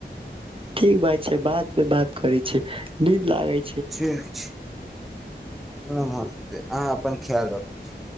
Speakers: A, on the right; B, in the centre.
A: ठीक भइ बाद मे बात करी नींद लागय छै
B: ठीक छै नमस्ते अहाँ अपन ख्याल रखय छी